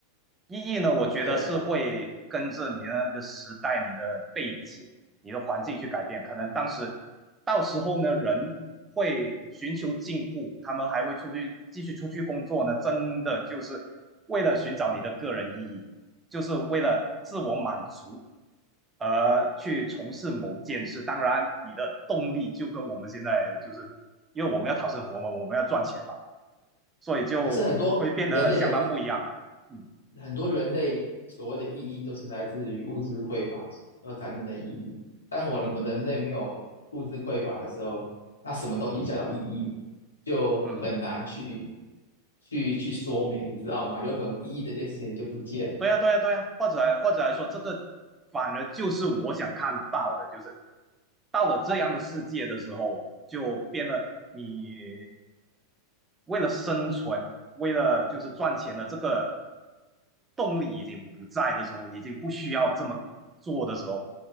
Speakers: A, on the right; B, on the left.
A: 意义呢，我觉得是会跟着你的那个时代、
B: 对。
A: 你的背景、你的环境去改变。可能当时到时候呢，人会寻求进步，他们还会出去继续出去工作呢，真的就是为了寻找你的个人意义，就是为了自我满足。而去从事某件事，当然你的动力就跟我们现在就是，因为我们要讨生活嘛，我们要赚钱嘛，所以就会变得相当不一样。
B: 可是很多人类的意
A: 嗯，
B: 很多人类所谓的意义都是来自于物质匮乏而产生的意义。当我们人类没有物质匮乏的时候，
A: 嗯
B: 那什么东西叫做意义，就很难去
A: 嗯，
B: 去去说明，你知道吗？有可能意义这件事情就不见了。
A: 对呀对呀对呀，或者来或者来说，这个反而就是我想看到的，就是到了这样的世界的时候，就变得你为了生存，为了就是赚钱的这个动力已经不在的时候，已经不需要这么做的时候，